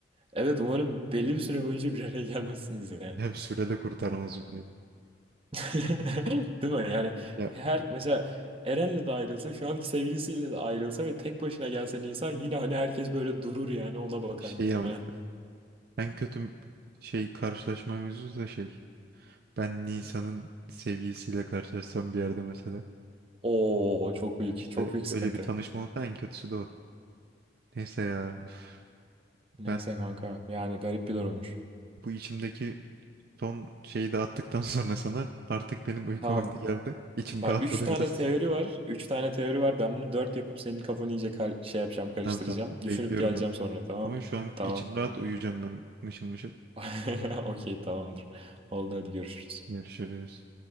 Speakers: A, on the right; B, on the right.
A: Evet umarım belli bir süre boyunca bir araya gelmezsiniz yani.
B: Hem sürede kurtarmaz bunu.
A: <laughs> Değil mi? Yani
B: Ya
A: her mesela Eren'le de ayrılsa şu anki sevgilisiyle de ayrılsa ve tek başına gelse Nisan yine hani herkes böyle durur yani ona bakar
B: şey
A: muhtemelen.
B: ama
A: <laughs>
B: en kötü şey karşılaşma mevzusu da şey. Ben Nisan'ın sevgilisiyle karşılaşsam bir yerde mesela.
A: Oo çok büyük
B: işte
A: çok büyük sıkıntı.
B: öyle bir tanışma olsa en kötüsü de o. Neyse ya üf,
A: Neyse
B: ben
A: kanka yani garip bir durummuş.
B: bu içimdeki son şeyi de attıktan <laughs> sonra sana artık benim uyku
A: Tamam
B: vakti geldi. İçim
A: bak
B: rahatladı
A: 3 tane
B: biraz.
A: teori var. üç tane teori var. Ben bunu 4 yapıp senin kafanı iyice kar- şey yapacağım karıştıracağım.
B: Tamam tamam
A: Düşünüp
B: bekliyorum
A: geleceğim
B: ben.
A: sonra tamam.
B: Ama şu an
A: Tamam.
B: içim rahat uyuyacağım ben mışıl mışıl.
A: <laughs> Okey tamamdır. Oldu hadi görüşürüz.
B: Görüşürüz.